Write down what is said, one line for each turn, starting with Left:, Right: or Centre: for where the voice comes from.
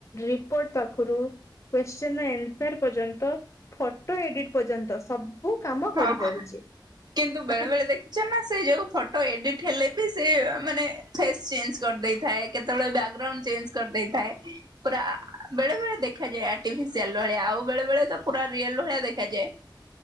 Left: ରିପୋର୍ଟ ପାଖରୁ କ୍ୟୁଶ୍ଚିନ ର ଆନ୍ସର ପର୍ଯ୍ୟନ୍ତ, ଫଟୋ ଏଡିଟ୍ ପର୍ଯ୍ୟନ୍ତ, ସବୁ। କାମ
Right: ହଁ
Left: କରିପାରୁଛି।
Right: କିନ୍ତୁ
Left: ତାହା
Right: ବେଳେ ବେଳେ ଦେଖିଛ ନା ସେ ଯଉ ଫଟୋ ଏଡିଟ ହେଲେ ବି ସେ ମାନେ ଫେସ୍ ଚେଞ୍ଜ କରିଦେଇଥାଏ, କେତେବେଳେ ବ୍ୟାକଗ୍ରାଉଣ୍ଡ ଚେଞ୍ଜ କରିଦେଇଥାଏ, ପୁରା ବେଳେ ବଳେ ଦେଖାଯାଏ ଆଟିିଫିସିଆଲ୍ ଭଳିଆ, ଆଉ ବେଳେ ବଳେ ପୁରା ରିଅଲ୍ ଭଳିଆ ଦେଖାଯାଏ।